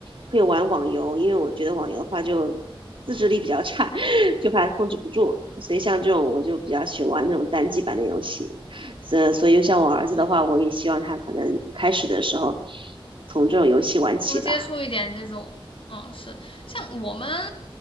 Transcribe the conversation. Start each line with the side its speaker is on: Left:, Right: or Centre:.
Right: 会玩网游，因为我觉得网游的话就自制力比较差，<laughs> 就怕控制不住，所以像这种我就比较喜欢玩那种单机版的游戏，所所以像我儿子的话，
Left: 对。
Right: 我也希望他可能开始的时候从这种游戏玩起吧，
Left: 多接触一点这种，嗯，是像我们